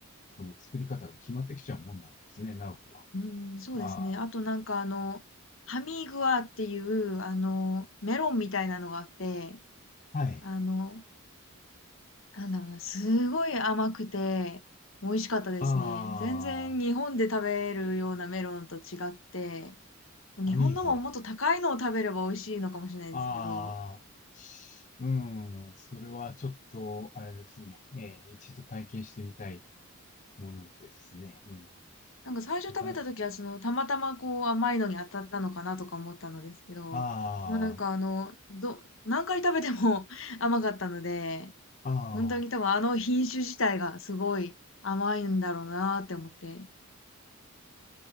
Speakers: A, on the left; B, on the left.
A: その作り方が決まってきちゃうもんなんですね。なるほど。
B: うん、そうですね。
A: あ
B: あとなんかあの、ハミーグアっていう、あの、メロンみたいなのがあって、
A: あ、はい。
B: あの、なんだろうな、すごい甘くて、美味しかったですね。
A: あ
B: 全然日本で食べるようなメロンと違って、日本のももっと高いのを食べれば美味しいのかもしれないですけど、
A: あ、アミーブは。ああ、うん、それはちょっと、あれですね。えー一度体験してみたいものですね。うん。
B: なんか最初食べた時はその、
A: なかなか、
B: たまたまこう甘いのに当たったのかなとか思ったのですけど、
A: ああ、
B: もうなんかあの、ど、何回食べても <laughs> 甘かったので、
A: ああ、
B: 本当に多分あの品種自体がすごい甘いんだろうなって思って、